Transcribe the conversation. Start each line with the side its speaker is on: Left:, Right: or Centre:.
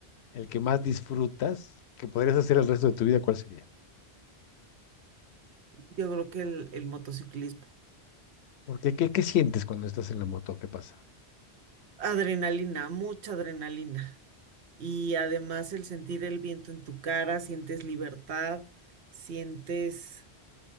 Left: el que más disfrutas, que podrías hacer el resto de tu vida, ¿cuál sería?
Right: Yo creo que el, el motociclismo.
Left: Porque, ¿qué, qué sientes cuando estás en la moto? ¿Qué pasa?
Right: Adrenalina, mucha adrenalina. Y además el sentir el viento en tu cara, sientes libertad, sientes